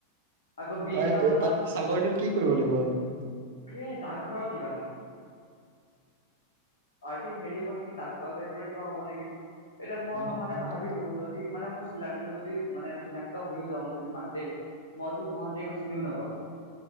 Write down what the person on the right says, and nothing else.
তাৰ
তাত চাকৰিটোত কি কৰিব লাগিব আমি?
আমি?